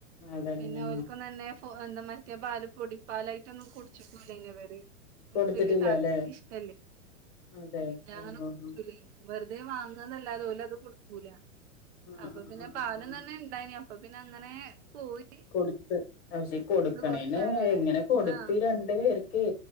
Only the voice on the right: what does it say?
പിന്നെ ഓൽക്കൊന്നും തന്നെ സ്യഴ്ച എന്താ മറ്റേ പാല് പൊടിപ്പാലായിട്ടൊന്നും കുടിച്ചിട്ടൂല്ലയ്ന് ഇവര്. ഇവർക്ക്
വലിയ താല്പ ഇഷ് തലും
എല്ലാങ്ങനും
വെറുതെ വാങ്ങ ന്നല്ലാതൊ ഓല് അത് കുടിക്കൂല.
അപ്പൊ
പിന്നെ
പാലും
തന്നെ ഉണ്ടായിനി. അപ്പൊ പിന്നെ അങ്ങനെ പോയി
കൊടുത്ത് അങ്ങനെ
ആ